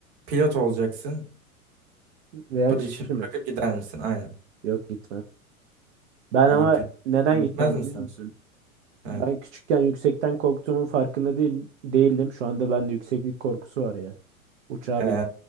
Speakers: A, on the right; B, on the right.
A: pilot olacaksın.
B: Veya
A: Bu
B: çiftçi
A: işini
B: mi?
A: bırakıp gider misin? Aynen.
B: Yok gitmem. Ben
A: Ayıp.
B: ama neden
A: Gitmez
B: gitmem
A: misin?
B: biliyor musun?
A: Ha.
B: Ben küçükken yüksekten korktuğumun farkında değil, değildim. Şu anda bende yükseklik korkusu var ya. Uçağa
A: He.
B: bin.